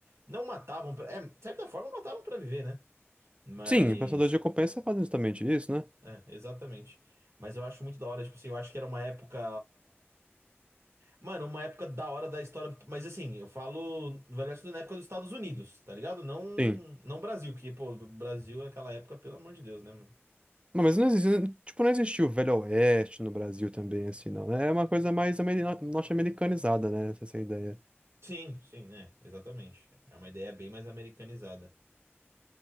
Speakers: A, on the right (about 80°); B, on the right (about 25°).
A: não matavam pra. É, de certa forma matavam pra viver, né? Mas.
B: Sim, Caçadores de Recompensa fazem justamente isso, né?
A: É, exatamente. Mas eu acho muito da hora, tipo assim, eu acho que era uma época. Mano, uma época da hora da história, mas assim, eu falo Velho Oeste na época dos Estados Unidos, tá ligado? Não,
B: Sim.
A: não Brasil, que, pô, do Brasil naquela época, pelo amor de Deus, né, mano?
B: Não, Mas não existe, tipo, não existiu o Velho Oeste no Brasil também, assim, não, né? É uma coisa mais ameri- norte-americanizada, né? Essa essa ideia.
A: Sim, sim, é, exatamente. É uma ideia bem mais americanizada.